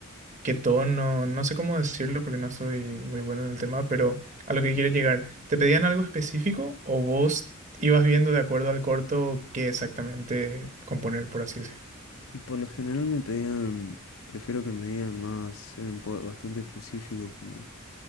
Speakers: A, on the right (about 35°); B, on the left (about 80°).
A: qué tono, no sé cómo decirlo porque no soy muy bueno en el tema, pero a lo que quiero llegar, ¿te pedían algo específico o vos ibas viendo de acuerdo al corto qué exactamente componer, por así decirlo?
B: Y por lo general me pedían, prefiero que me digan más, sean un po- bastante específicos, como